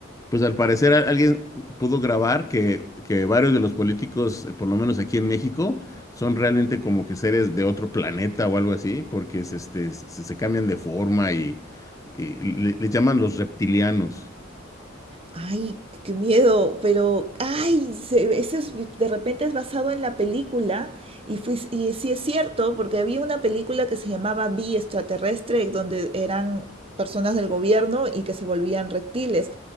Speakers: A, on the left; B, on the right.
A: Pues al parecer a- alguien pudo grabar que, que varios de los políticos, eh, por lo menos aquí en México, son realmente como que seres de otro planeta o algo así, porque se, este, se, se cambian de forma y, y le, les llaman los reptilianos.
B: Ay, qué miedo, pero, ay, se- ese es- de repente es basado en la película y, fui, y sí es cierto, porque había una película que se llamaba Vi extraterrestre, donde eran personas del gobierno y que se volvían reptiles,